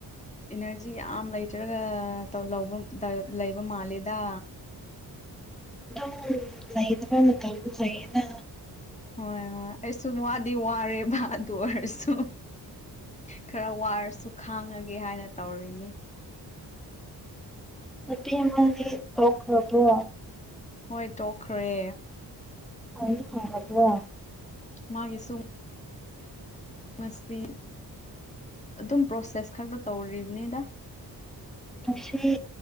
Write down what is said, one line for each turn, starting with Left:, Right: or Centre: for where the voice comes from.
Left: ꯏꯅꯔꯖꯤ ꯌꯥꯝ ꯂꯩꯇ꯭ꯔꯒ ꯇꯧ <unintelligible> ꯂꯩꯕ ꯃꯥꯜꯂꯤꯗ
Centre: ꯑꯗꯨꯝ ꯂꯩꯇꯔꯥꯒꯥ ꯀꯩꯕꯨ ꯂꯩꯌꯦꯅ
Left: ꯍꯣꯏ ꯍꯣꯏ ꯑꯩꯁꯨ ꯋꯥꯗꯤ ꯋꯥꯔꯦꯕ ꯑꯗꯨ ꯑꯣꯏꯔꯁꯨ ꯈꯔ ꯋꯥꯔꯁꯨ ꯈꯥꯡꯉꯒꯦ ꯍꯥꯏꯅ ꯇꯧꯔꯤꯅꯤ
Centre: ꯅꯨꯄꯤ ꯑꯃꯗꯤ ꯇꯣꯛꯈ꯭ꯔꯕꯣ
Left: ꯍꯣꯏ ꯇꯣꯛꯈ꯭ꯔꯦ
Centre: ꯍꯩ ꯍꯥꯎꯕꯔꯥ
Left: ꯃꯥꯒꯤꯁꯨꯡ ꯉꯁꯤ ꯑꯗꯨꯝ ꯄ꯭ꯔꯣꯁꯦꯁ ꯈꯛꯇꯥ ꯇꯧꯔꯤꯕꯅꯤꯗ
Centre: ꯉꯁꯤ